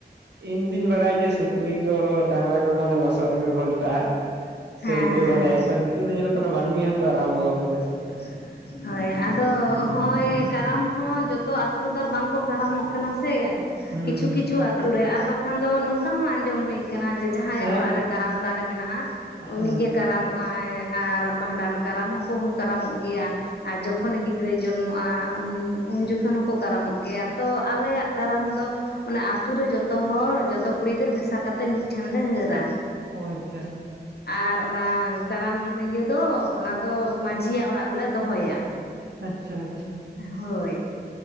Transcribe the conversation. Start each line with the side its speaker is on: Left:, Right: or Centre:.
Right: ᱤᱧ ᱫᱩᱧ ᱵᱟᱲᱟᱭᱟ ᱡᱮ ᱥᱩᱠᱨᱤ ᱠᱚ ᱰᱟᱝᱨᱟ ᱠᱚᱜᱮ ᱚᱱᱮ ᱞᱚᱥᱚᱫ ᱨᱮᱠᱚ ᱜᱷᱞᱴᱟᱜᱼᱟ᱾ ᱥᱮ
Left: ᱦᱮᱸ
Right: ᱩᱴᱟᱹ
Left: ᱦᱮᱸ
Right: ᱵᱟᱲᱟᱭᱟᱠᱚ ᱱᱤᱛᱚᱜ ᱫᱚ ᱧᱮᱞᱚᱜ ᱠᱟᱱᱟ ᱢᱟᱹᱱᱢᱤ ᱦᱚᱸᱠᱚ ᱟᱨᱟᱢ ᱵᱚ ᱠᱟᱫᱟ᱾
Left: <inaudible> ᱦᱳᱭ ᱟᱫᱚ ᱦᱚᱜᱼᱚᱭ ᱠᱟᱨᱟᱢ ᱦᱚᱸ ᱡᱚᱛᱚ ᱟᱹᱛᱩ ᱨᱮᱫᱚ ᱵᱟᱝᱠᱚ ᱠᱟᱨᱟᱢᱚᱜ ᱠᱟᱱᱟ ᱥᱮ᱾
Right: ᱦᱩᱸ
Left: ᱠᱤᱪᱷᱩ
Right: ᱦᱩᱸ
Left: ᱠᱤᱪᱷᱩ
Right: ᱦᱩᱸ
Left: ᱟᱛᱳ ᱨᱮ ᱟᱨ ᱵᱟᱠᱷᱟᱱ ᱫᱚ ᱱᱚᱝᱠᱟ ᱦᱚᱸ ᱟᱸᱡᱚᱢ ᱦᱩᱭ ᱠᱟᱱᱟ ᱡᱮ ᱡᱟᱦᱟᱸᱭᱟᱜ
Right: ᱦᱮᱸ
Left: ᱚᱲᱟᱜ ᱨᱮ ᱠᱟᱨᱟᱢ ᱫᱟᱨᱮ ᱢᱮᱱᱟᱜᱼᱟ ᱩᱱᱤᱜᱮ
Right: ᱦᱮᱸ
Left: ᱠᱟᱨᱟᱢᱚᱜ ᱟᱭ ᱟᱨ ᱵᱷᱟᱸᱰᱟᱱ ᱠᱟᱨᱟᱢ ᱦᱚᱸᱠᱚ ᱠᱟᱨᱟᱢᱚᱜ ᱜᱮᱭᱟ᱾ ᱟᱨ ᱡᱚᱠᱷᱚᱱ ᱜᱤᱫᱽᱨᱟᱹᱭ ᱡᱚᱱᱢᱚᱜᱼᱟ, ᱩᱱ ᱡᱚᱠᱷᱚᱱ ᱦᱚᱸᱠᱚ ᱠᱟᱨᱟᱢᱚᱜ ᱜᱮᱭᱟ, ᱛᱚ ᱟᱞᱮᱭᱟᱜ ᱠᱟᱨᱟᱢ ᱫᱚ ᱚᱱᱟ ᱟᱹᱛᱩ ᱨᱮ ᱡᱚᱛᱚ ᱦᱚᱲ ᱡᱚᱛᱚ ᱠᱩᱲᱤ ᱜᱤᱫᱟᱹᱨ ᱢᱮᱥᱟ ᱠᱟᱛᱮᱜ ᱢᱤᱫᱴᱷᱮᱱ ᱞᱮ ᱦᱟᱹᱨᱟ᱾
Right: ᱚ ᱟᱪᱪᱷᱟ ᱟᱪᱪᱷᱟ
Left: ᱟᱨ ᱚᱱᱟ ᱠᱟᱨᱟᱢ ᱤᱭᱟᱹ ᱫᱚ ᱚᱱᱟ ᱛᱚ ᱢᱟᱺᱡᱷᱤᱭᱟᱜ ᱚᱲᱟᱜ ᱨᱮᱞᱮ ᱫᱚᱦᱚᱭᱟ᱾
Right: ᱟᱪᱪᱷᱟ ᱟᱪᱪᱷᱟ
Left: ᱦᱳᱭ